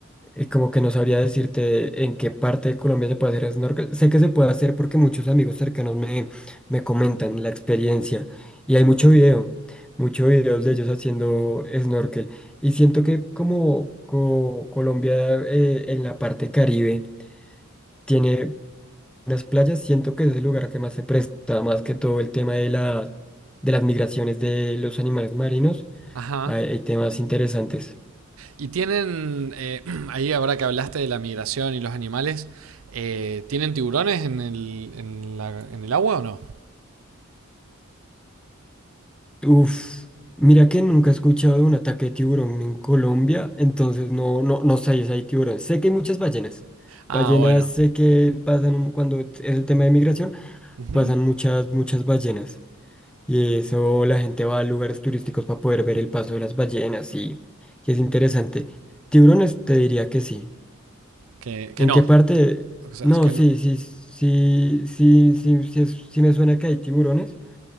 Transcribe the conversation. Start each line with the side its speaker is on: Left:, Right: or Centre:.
Centre: Y como que no sabría decirte en qué parte de Colombia se puede hacer snorkel. Sé que se puede hacer porque muchos amigos cercanos me, me comentan la experiencia. Y hay mucho
Right: Mm,
Centre: video, mucho videos de ellos haciendo snorkel. Y siento que como co- Colombia eh, en la parte Caribe tiene unas playas, siento que es el lugar que más se presta, más que todo el tema de la, de las migraciones de los animales marinos.
Right: Ajá.
Centre: hay hay temas interesantes.
Right: Y tienen, eh, <clears throat> ahí ahora que hablaste de la migración y los animales, eh, ¿tienen tiburones en el, en la- en el agua o no?
Centre: Uf, mira que nunca he escuchado de un ataque de tiburón en Colombia, entonces no, no, no sé si hay tiburón. Sé que hay muchas ballenas.
Right: Ah,
Centre: Ballenas
Right: bueno.
Centre: sé que pasan cuando es el tema de migración,
Right: Ujú.
Centre: pasan muchas, muchas ballenas. Y eso la gente va a lugares turísticos para poder ver el paso de las ballenas y, y es interesante. Tiburones te diría que sí.
Right: Que, que
Centre: ¿En
Right: no.
Centre: qué parte?
Right: O sea,
Centre: No,
Right: es que
Centre: sí,
Right: no.
Centre: sí, sí, sí, sí, sí, sí me suena que hay tiburones